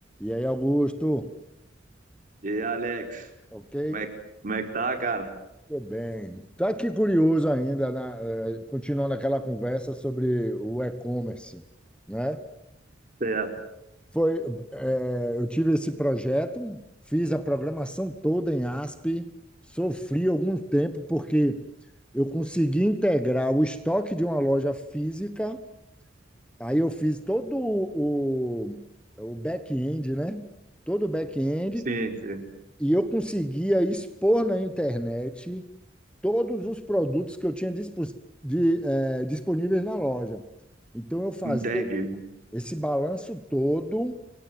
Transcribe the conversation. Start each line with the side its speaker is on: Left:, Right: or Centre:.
Centre: E aí, Augusto?
Right: E aí, Alex,
Centre: Ok?
Right: como é que, como é que tá, cara?
Centre: Tudo bem. Tá aqui curioso ainda, na- eh, continuando aquela conversa sobre o e-commerce, né?
Right: Certo,
Centre: Foi, eh, eu tive esse projeto, fiz a programação toda em ASP, sofri algum tempo porque eu consegui integrar o estoque de uma loja física, aí eu fiz todo o, o back-end, né? Todo o back-end
Right: sim, sim,
Centre: E eu conseguia expor na internet todos os produtos que eu tinha dispos- de, eh, disponíveis na loja. Então, eu fazia
Right: entendi.
Centre: esse balanço todo,